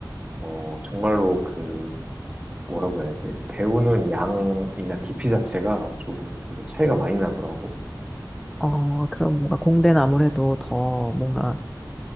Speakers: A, on the right; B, in the centre.
A: 어, 정말로 그, 뭐라고 해야지? 배우는 양이나 깊이 자체가 조금 되게 차이가 많이 나더라고.
B: 어, 그럼 뭔가 공대는 아무래도 더 뭔가